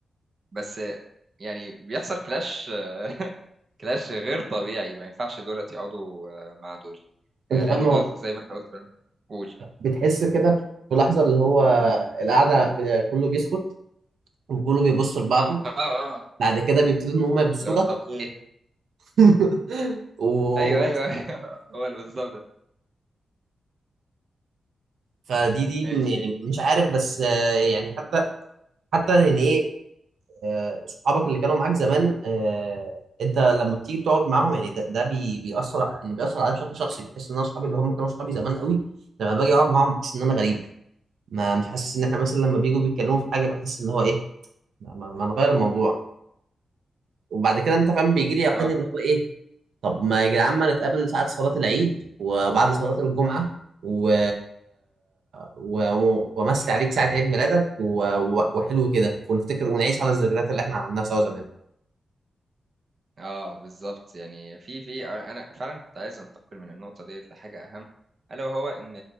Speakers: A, on the right; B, on the right.
A: بس آه، يعني بيحصل كلاش آه، كلاش غير طبيعي ما ينفعش دولت يقعدوا آه، مع دول آه،
B: أنت
A: لأن
B: فاهم هو
A: دول زي ما أنت قلت قول
B: بتحس كده في لحظة اللي هو القعدة ب- كله بيسكت وكله بيبص لبعضه
A: اه اه آه.
B: بعد كده بيبتدوا إن هم يبصوا
A: اللي هو
B: لك
A: طب ايه
B: <laughs>
A: ايوه
B: وبس
A: ايوه <laughs> هو اللي بالظبط ده
B: فدي دي
A: ماشي
B: م- يعني مش عارف بس آه، يعني حتى حتى يعني ايه آه، صحابك اللي كانوا معاك زمان آه، انت لما بتيجي تقعد معاهم يعني ده, ده بي بيأثر ع- يعني بيأثر عليا بشكل شخصي بحس ان انا اصحابي اللي هم كانوا اصحابي زمان قوي لما باجي اقعد معاهم بحس ان انا غريب ما مش حاسس ان احنا مثلا لما بيجوا بيتكلموا في حاجه بحس ان هو ايه ما, ما, ما نغير الموضوع وبعد كده انت فاهم بيجي لي يقين
A: اه
B: اللي هو ايه طب ما يا جدعان ما نتقابل ساعه صلاه العيد وبعد صلاه الجمعه و... و... و- وامسي عليك ساعه عيد ميلادك و... و- وحلو كده ونفتكر ونعيش على الذكريات اللي احنا عملناها سوا زمان
A: اه بالظبط يعني في في آه، انا فعلا كنت عايز انتقل من النقطه ديت لحاجه اهم الا وهو ان